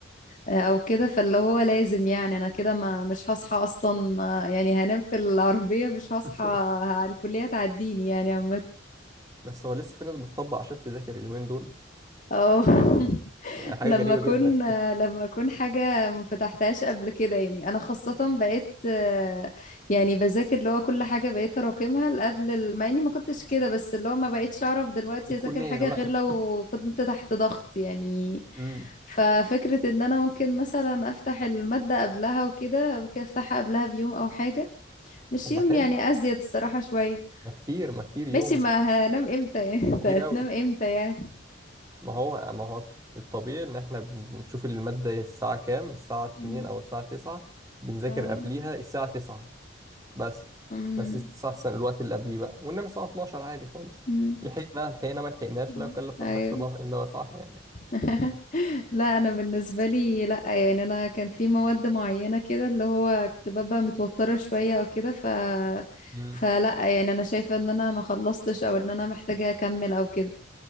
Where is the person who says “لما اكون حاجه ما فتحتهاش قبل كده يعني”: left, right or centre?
Left